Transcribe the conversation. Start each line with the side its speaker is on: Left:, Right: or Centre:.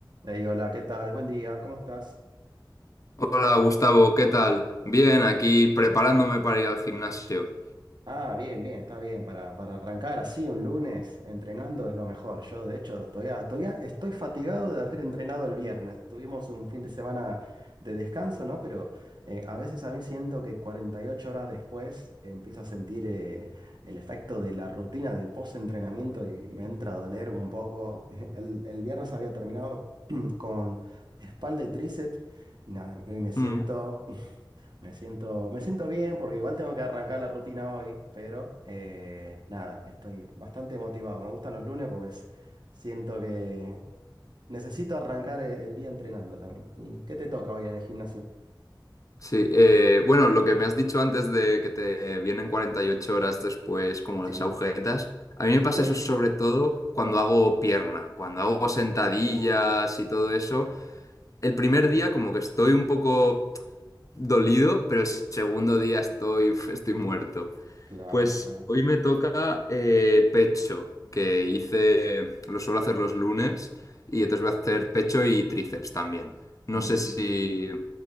Right: Ey, hola, ¿qué tal? Buen día, ¿cómo estás?
Left: Hola Gustavo, ¿qué tal? Bien, aquí preparándome para ir al gimnasio.
Right: Ah, bien, bien, está bien. Para, para arrancar así un lunes entrenando es lo mejor. Yo, de hecho, todavía, todavía estoy fatigado de haber entrenado el viernes. Tuvimos un fin de semana de descanso, ¿no? Pero eh, a veces a mí siento que 48 horas después empiezo a sentir eh, el efecto de la rutina del post-entrenamiento y me entra a doler un poco. <laughs> El, el viernes había terminado <clears throat> con espalda y tríceps y nada, hoy me siento...
Left: Mm.
Right: Me siento, me siento bien porque igual tengo que arrancar la rutina hoy, pero eh, nada, estoy bastante motivado. Me gustan los lunes porque es- siento que necesito arrancar e- el, día entrenando también. ¿Y qué te toca hoy en el gimnasio?
Left: Sí, eh, bueno, lo que me has dicho antes de que te vienen 48 horas después como
Right: Sí.
Left: las agujetas, a mí
Right: <laughs>
Left: me pasa eso sobre todo cuando hago pierna, cuando hago sentadillas
Right: Uh,
Left: y todo eso. El primer día como que estoy un poco dolido, pero el segundo día estoy, estoy muerto.
Right: Claro,
Left: Pues
Right: claro.
Left: hoy me toca eh, pecho, que hice, lo suelo hacer los lunes, y
Right: Ujú,
Left: entonces voy a hacer pecho y tríceps también. No
Right: ujú.
Left: sé si...